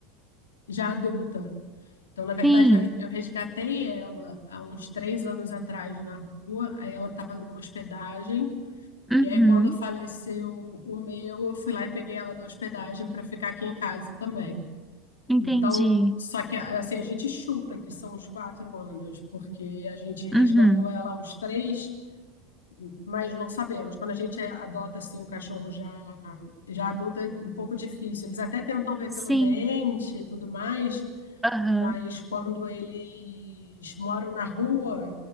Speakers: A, on the left (about 75°); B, in the centre.
A: já adulta. Então, na verdade,
B: Sim.
A: eu re- eu resgatei ela há uns três anos atrás na rua. Aí ela estava numa hospedagem.
B: Uhum.
A: E aí, quando faleceu o meu, eu fui lá e peguei ela da hospedagem para ficar aqui em casa também.
B: Entendi.
A: Então, só que assim, a gente chuta que são uns quatro anos, porque a gente resgatou
B: Uhum.
A: ela há uns três, mas não sabemos. Quando a gente adota assim, um cachorro já, já adulto, é um pouco difícil. Eles até tentam ver
B: Sim.
A: pelo dente e tudo mais,
B: Aham.
A: mas quando eles moram na rua,